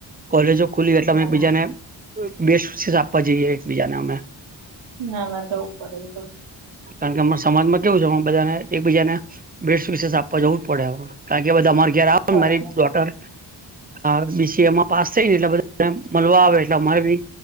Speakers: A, on the right; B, on the right.
A: કોલેજો ખુલી એટલે
B: ના
A: અમે એક
B: ના
A: બીજાને બેસ્ટ વિશેષ આપવા જઈએ એકબીજાને અમે
B: ના ના જવું પડે એ તો
A: કારણ કે અમારા સમાજમાં કેવું છે અમુક બધાને એકબીજા ને બેસ્ટ વિશેસ આપવા જવું જ પડે કારણ કે બધા અમારે ઘરે
B: બરાબર
A: મારી ડોટર અ બીસીએમાં પાસ થઈને એટલે બધાને મલવા આવે એટલે અમારે બી